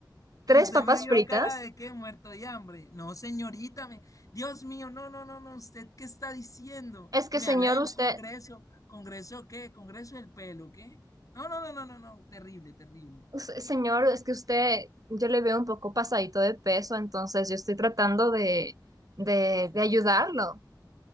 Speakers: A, on the right (about 50°); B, on the left (about 45°).
A: ¿Tres
B: Usted
A: papas
B: me vio
A: fritas?
B: cara de qué, muerto de hambre. No, señorita, me- Dios mío, no, no, no, no, ¿usted qué está diciendo?
A: Es que,
B: Y me
A: señor,
B: habla de
A: usted,
B: un congreso, ¿congreso qué? ¿Congreso del pelo, qué? No, no, no, no, no, no, terrible, terrible.
A: us- señor, es que usted, yo le veo un poco pasadito de peso, entonces yo estoy tratando de, de, de ayudarlo.